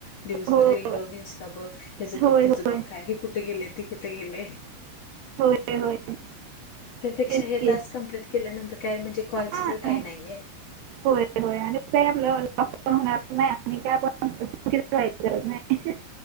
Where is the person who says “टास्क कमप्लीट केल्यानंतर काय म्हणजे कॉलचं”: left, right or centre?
Left